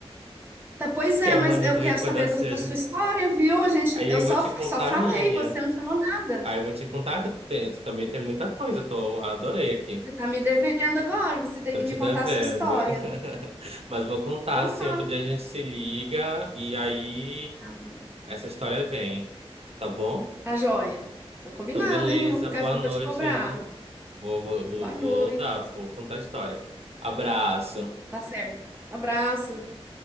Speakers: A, on the right (about 20°); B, on the right (about 70°).
A: Tá, pois
B: que
A: é,
B: amanhã
A: mas eu
B: eu tenho
A: quero
B: que acordar
A: saber do-
B: cedo.
A: da sua história, viu? A gente,
B: Aí
A: eu
B: eu
A: só,
B: vou te
A: f-
B: contar
A: só falei,
B: a minha.
A: você não falou nada.
B: Aí eu vou te contar que tem- também tem muita coisa, eu tô, adorei aqui.
A: Você tá me devendo agora, você tem
B: Tô
A: que
B: te
A: me
B: devendo.
A: contar a sua história.
B: <laughs> Mas vou contar,
A: Então
B: assim,
A: tá,
B: outro dia a gente se liga e aí
A: tá bom.
B: essa história vem, tá bom?
A: Tá joia. Tá combinado,
B: Então, beleza.
A: hein? Eu vou ficar,
B: Boa
A: eu vou
B: noite
A: te cobrar.
B: aí. Vou, vou, vou,
A: Boa noite.
B: vou dar, vou contar a história. Abraço.
A: Tá certo. Um abraço.